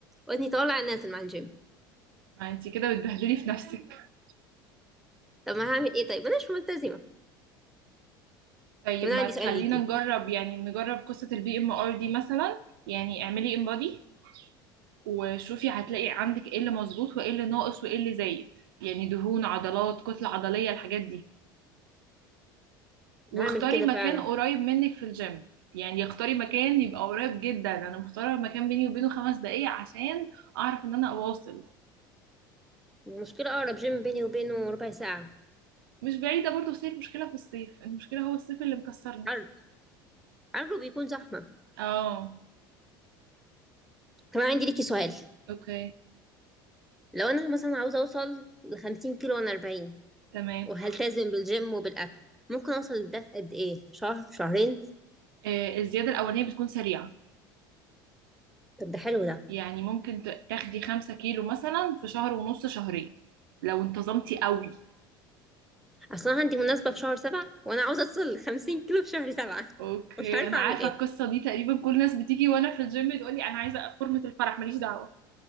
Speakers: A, in the centre; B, on the right.
A: ودني طالع نازل مع الجيم
B: ما انتي كده بتبهدلي في نفسك
A: طب ما هعمل ايه طيب انا مش ملتزمة
B: طيب
A: طب انا
B: ما
A: عندي
B: تخلينا
A: سؤال ليكي
B: نجرب يعني نجرب قصة البي ام ار دي مثلا يعني اعملي انبادي وشوفي هتلاقي عندك ايه اللي مظبوط وايه اللي ناقص وايه اللي زايد يعني دهون عضلات كتلة عضلية الحاجات دي واختاري
A: هعمل كده
B: مكان
A: فعلا
B: قريب منك في الجيم يعني اختاري مكان يبقى قريب جدا انا مختاره مكان بيني وبينه خمس دقايق عشان اعرف ان انا اواصل
A: المشكلة اقرب جيم بيني وبينه ربع ساعة
B: مش بعيده برضه بس هي المشكله في الصيف المشكله هو الصيف اللي مكسرنا
A: عرض عرضه بيكون زحمة
B: اه
A: كمان عندي ليكي سؤال
B: اوكي
A: لو انا مثلا عاوزه اوصل لخمسين كيلو وانا اربعين
B: تمام
A: وهلتزم بالجيم وبالاكل ممكن اوصل لده في قد ايه شهر شهرين
B: آه، الزيادة الأولانية بتكون سريعة
A: طب ده حلو ده
B: يعني ممكن ت- تاخدي خمسة كيلو مثلا في شهر ونص شهرين لو انتظمتي قوي
A: اصلا عندي مناسبه في شهر سبعة وانا عاوزه اوصل لخمسين كيلو في شهر سبعة
B: اوكي
A: <laughs> مش عارفه
B: انا
A: اعمل
B: عارفة
A: ايه
B: القصة دي تقريبا كل الناس بتيجي وانا في الجيم تقولي انا عايزة فورمة الفرح ماليش دعوة